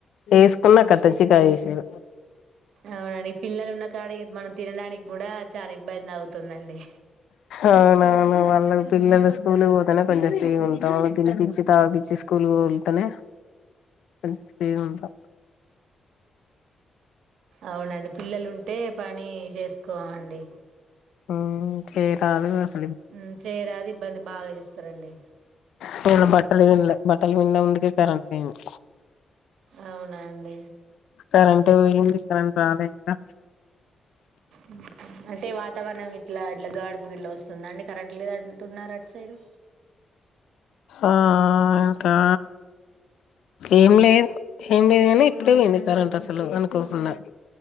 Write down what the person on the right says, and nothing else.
అవునండి పిల్లలు ఉన్న కాడ ఇగ మనం తినడానికి కూడా చాలా ఇబ్బంది అవుతుందండి
అవునండి పిల్లలుంటే పని చేస్ కోండి
ఉం చేయరాదు ఇబ్బంది బాగా చేస్తారండి.
అవునా అండి
ఉహు అంటే వాతావరణం ఇట్లా ఇట్లా గాడుపు గిట్లా వస్ తుందండి కరంట్లేదు అంటున్నారు అటు సైడు